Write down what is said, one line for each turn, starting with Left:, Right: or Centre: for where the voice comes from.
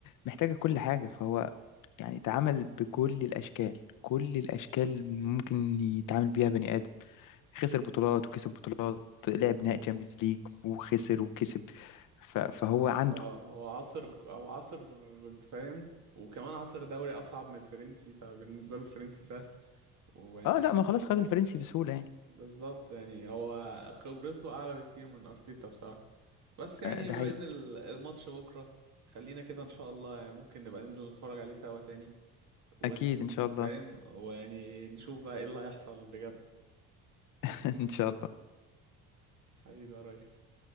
Left: محتاجة كل حاجة فهو يعني تعامل بكل الاشكال كل الاشكال اللي ممكن يتعامل بيها بني ادم خسر بطولات وكسب بطولات لعب نهائي تشامبيونز ليج وخسر وكسب ف- فهو عنده
Right: اه هو عصر او عصر فاهم وكمان عصر دوري اصعب من الفرنسي فبالنسبه له الفرنسي سهل ويعني
Left: اه لا ما خلاص خد الفرنسي بسهولة يعني
Right: بالظبط يعني هو خبرته اعلى بكتير من ارتيتا بصراحه بس يعني
Left: آه، ده
Right: بما
Left: حقيقي
Right: ان ال- الماتش بكره خلينا كده ان شاء الله يعني ممكن نبقى ننزل نتفرج عليه سوا تاني ونفهم
Left: اكيد ان شاء الله
Right: ويعني نشوف بقى ايه اللي هيحصل بجد
Left: <laughs> ان شاء الله
Right: حبيبي يا ريس